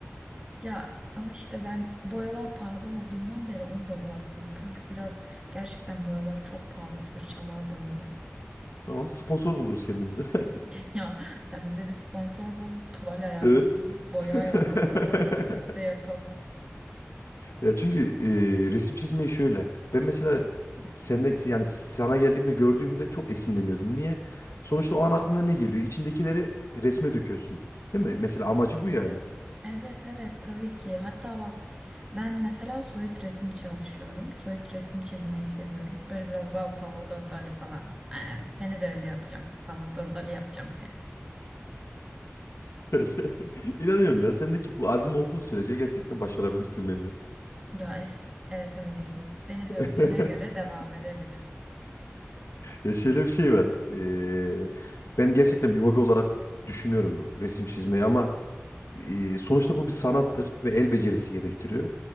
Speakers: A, on the right (about 15°); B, on the left (about 70°).
A: Ya ama işte ben boyalar pahalı olduğundan beri onu da bıraktım. Kanka biraz gerçekten boyalar çok pahalı. Fırçalar da öyle.
B: <laughs> Tamam sponsor buluruz kendimize. <laughs>
A: <laughs> Ya sen bize bir sponsor bul, tuval ayarlasın,
B: Evet.
A: boya
B: <laughs>
A: ayarlasın ve yapalım.
B: Ya çünkü e, resim çizmeyi şöyle. Ben mesela seninle yani sana geldiğimde gördüğümde çok esinleniyordum. Niye? Sonuçta o an aklına ne geliyor? İçindekileri resme döküyorsun. Değil mi? Mesela amacı bu yani. <laughs>
A: Evet evet tabii ki. Hatta bak ben mesela soyut resim çalışıyorum. Soyut resim çizmeyi seviyorum. Böyle biraz daha Salvador Dali falan. Yani seni de öyle yapacağım. Salvador Dali yapacağım seni.
B: Evet. <laughs> İnanıyorum ya. Sendeki bu azim olduğu sürece gerçekten başarabilirsin bence.
A: Ya ef, evet öyleyim. Beni dövdüğüne
B: <laughs>
A: göre devam edebiliriz.
B: Ya şöyle bir şey var. Ee, ben gerçekten bir hobi olarak düşünüyorum bu resim çizmeyi ama e, sonuçta bu bir sanattır ve el becerisi gerektiriyor.